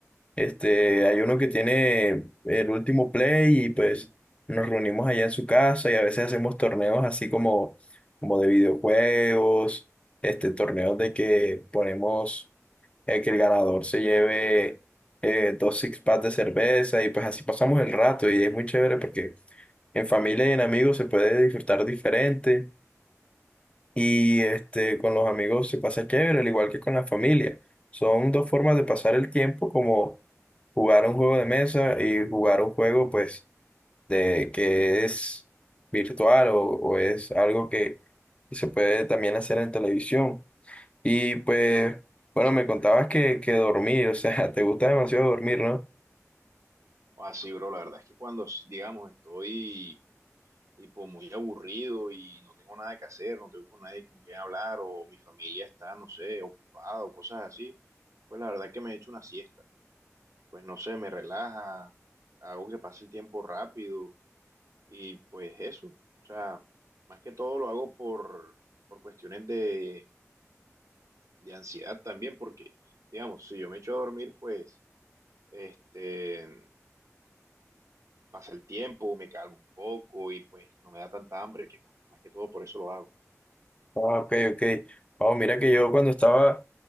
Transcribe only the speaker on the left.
Este, hay uno que tiene el último play y pues nos reunimos allá en su casa y a veces hacemos torneos así como, como de videojuegos, este, torneos de que ponemos eh, que el ganador se lleve eh, dos six packs de cerveza y pues así pasamos el rato y es muy chévere porque en familia y en amigos se puede disfrutar diferente y este, con los amigos se pasa chévere, al igual que con la familia. Son dos formas de pasar el tiempo como jugar un juego de mesa y jugar un juego pues de que es virtual o, o es algo que, que se puede también hacer en televisión. Y pues, bueno, me contabas que, que dormir, o sea, <laughs> te gusta demasiado dormir, ¿no?
Ah, ok, ok. Oh, mira que yo cuando estaba